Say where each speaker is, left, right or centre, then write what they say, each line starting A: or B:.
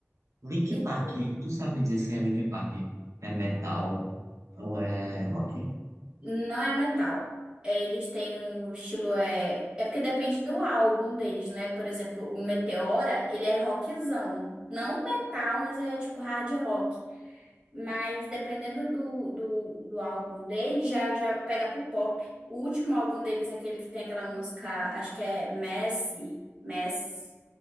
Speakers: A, on the right; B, on the right.
A: Link
B: E
A: Park,
B: tu?
A: tu sabe dizer se é Link Park é metal ou é rock?
B: não é metal. Eles têm um estilo, é... É porque depende do álbum deles, né? Por exemplo, o Meteora, ele é rockzão. Não metal, mas é tipo hard rock. Mas dependendo do, do, do álbum dele, já, já pega pro pop. O último álbum deles, aquele que tem aquela música, acho que é Messi, Messi.